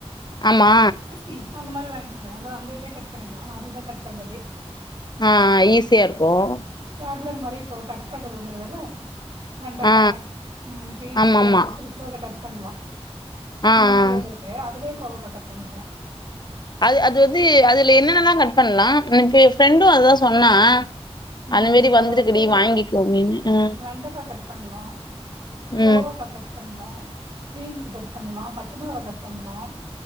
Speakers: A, on the left; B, on the right.
A: ஆமா
B: <unintelligible> அந்த மாதிரி வாங்கி அந்த இதிலேயே கட் <unintelligible> பண்ணிக்களாம் தான் கட் பண்றது
A: ஆஹ ஈஸியா இருக்கும்
B: டப் <unintelligible> லர் மாரி இப்ப கட் பண்றது வந்தகதல்ல வெண்டக்கா
A: ஆ ஆ
B: பீன்ஸ்சு
A: ஆமா ஆமா
B: அதோட சிருசா கட் பண்லா
A: ஆ
B: அந்த மாதிரி
A: ஆ
B: வந்து இருக்கு அதுலயே கோவகா கட் பண்ணிக்குவேன்
A: அது அது வந்து அது என்னென்னல்ல பண்லா ஃப்பிரண்டு அதா சொன்னா
B: உம்
A: அந்த மாரி
B: அதுல
A: வந்திருக்குடி
B: வந்து
A: வாங்கிக்கோ அப்டின்னு ம்
B: வெண்டக்கா கட் பண்லா கோவக்கா
A: ம்
B: கட் பண்லா பீன்ஸ்சு கட் பண்லா பச்ச மொளகா கட் பண்லா